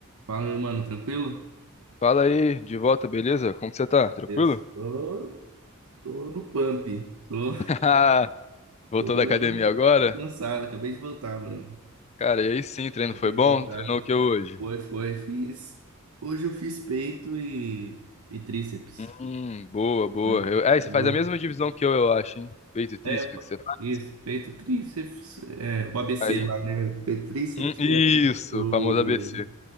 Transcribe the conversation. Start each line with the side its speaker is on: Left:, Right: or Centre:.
Right: Fala, meu mano, tranquilo?
Left: Fala aí, de volta, beleza? Como que você tá? Tranquilo?
Right: Estou, tô tô no pump. Tô,
Left: <laughs> Haha, Voltou
Right: tô,
Left: da academia agora?
Right: tô cansado, acabei de voltar, mano.
Left: Cara, e aí sim, treino
Right: Acabei
Left: foi bom?
Right: de voltar.
Left: Treinou o que hoje?
Right: Foi, foi, fiz. Hoje eu fiz peito e, e tríceps,
Left: Hum, boa, boa.
Right: né?
Left: Eu, é, você
Right: Eu,
Left: faz a mesma divisão que eu, eu acho, hein? Peito e tríceps
Right: é, eu fa-
Left: que você faz.
Right: isso, peito, tríceps, é, o ABC
Left: Aí.
Right: lá, né? Peito, tríceps,
Left: Hum, isso,
Right: é, o
Left: famoso ABC.